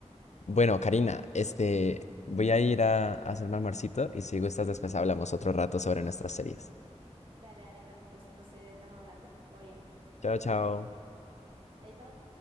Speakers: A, on the left (about 75°); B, on the right (about 45°).
A: Bueno, Karina, este, voy a ir a, a hacerme almuercito y si gustas después hablamos otro rato sobre nuestras series.
B: Dale, dale, Carlitos. Entonces estamos hablando. Todo bien.
A: Chao, chao.
B: Chaito.